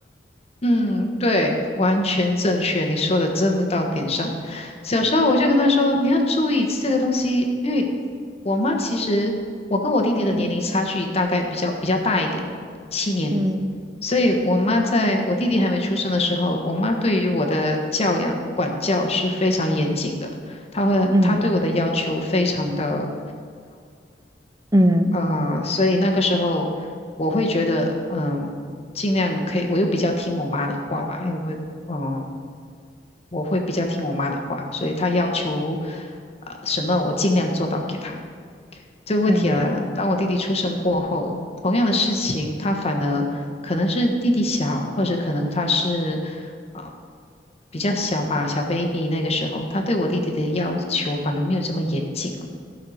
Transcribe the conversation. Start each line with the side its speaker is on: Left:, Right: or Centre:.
Left: 嗯，对，完全正确，你说的真的到点上。小时候我就跟他说，你要注意这个东西，因为我妈其实我跟我弟弟的年龄差距大概比较比较大一点，
Right: 嗯
Left: 七年，
Right: 嗯
Left: 所以我妈在我弟弟还没出生的时候，我妈对于我的教养管教是非常严谨的，她会她对我的要求非常的。
Right: 嗯嗯
Left: 呃，所以那个时候我会觉得，嗯，尽量可以，我又比较听我妈的话吧，因为，嗯，我会比较听我妈的话，所以她要求，呃，什么我尽量做到给她。这个问题来了，
Right: 嗯
Left: 当我弟弟出生过后，同样的事情，他反而可能是弟弟小，或者可能他是啊、呃比较小吧，小 baby 那个时候，他对我弟弟的要求反而没有这么严谨了。